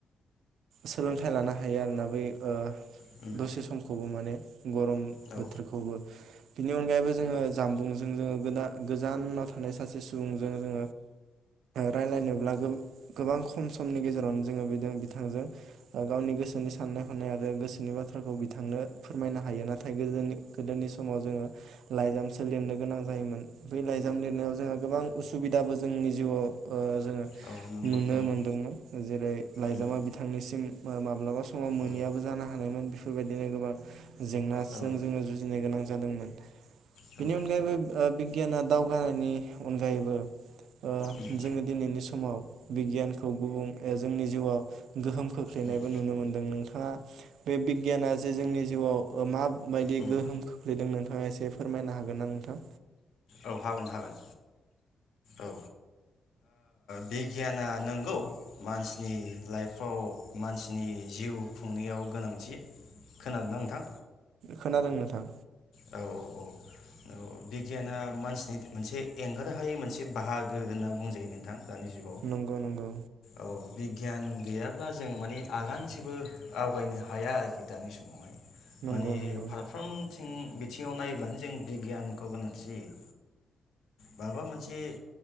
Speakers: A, on the right (about 85°); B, on the left (about 85°).
A: सोलोंथाइ लानो हा यो आरोना बै ओ
B: उम
A: दसे समखौबो माने गरम
B: औ
A: बोथोरखौबो
B: औ उम
A: बिनि अनगायैबो जोंङो जामबुंजों जोंङो गोदान गोजानाव थानाय सासे सुबुंजों जोंङो रायलायनोब्लाबो गोबां खम समनि गेजेरावनो जोंङो बेजों बिथांजों गावनि गोसो गोसोनि साननाय हनाय आरो गोसोनि बाथ्राखौ बिथांनो फोरमायनो हायो नाथाय गोदोनि गोदोनि समाव जोंङो लाइजामसो लिरनो गोनां जायोमोन। बे लाइजाम लिरनायाव जोंहा गोबां उसुबिदाबो जोंनि जिउआव ओ जोंङो
B: औ नंगौ
A: नुनो
B: नंगौ
A: मोनदोंमोन जेरै लाइजामा
B: उम
A: बिथांनिसिम माब्लाबा स समाव मोनैयाबो
B: उम
A: जानो हानायमोन बेफोरबायदिनो गोबां जेंनाजों
B: औ
A: जोंङो जुजिनो गोनां जादोंमोन
B: औ
A: बेनि
B: उम
A: अनगायैबो ओ बिगियाना दावगानायनि अनगायैबो ओ
B: उम
A: जोंङो दिनैनि समाव बिगियानखौ गुबुं जोंनि जिउआव गोहोम खोख्लैनायबो
B: उम
A: नुनो मोन दों नोंथांङा बे बिगियाना जे जोंनि जिउआव माबायदि
B: उम
A: गोहोम खोख्लैदों नोंथांङा एसे फोरमायनो हागोन ना नोंथां
B: औ हागोन हागोन औ ओ बिगियाना नोंगौ मानसिनि लाइफआव मानसिनि जिउ खुंनायाव गोनांथि खोनादोंना नोंथां
A: खोनादों नोंथां
B: औ औ औ औ बिगियाना मानसि नि मोनसे एंगार हायै मोनसे बाहागो होनना बुंजायो नोंथां दानि जुगाव
A: नंगौ नंगौ
B: औ बिगियान गैयाब्ला जों माने आगानसेबो आवगायनो हाया आरोखि दानि समावहाय
A: नंगौ
B: माने
A: नंगौ
B: फारफ्रामथि थिं बिथिंङाव नायब्लानो जों बिगियानखौ गोनांथि जायो माबा मोनसे